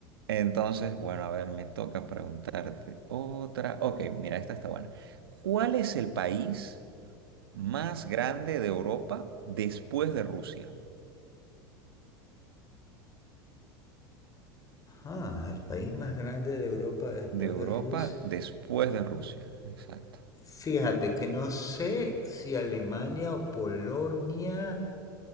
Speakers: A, on the right; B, on the left.
A: Entonces, bueno, a ver, me toca preguntarte otra. Ok, mira, esta está buena. ¿Cuál es el país más grande de Europa después de Rusia?
B: Ah, el país más grande de Europa después
A: De Europa
B: de Rusia.
A: después de Rusia, exacto.
B: Fíjate que no sé si Alemania o Polonia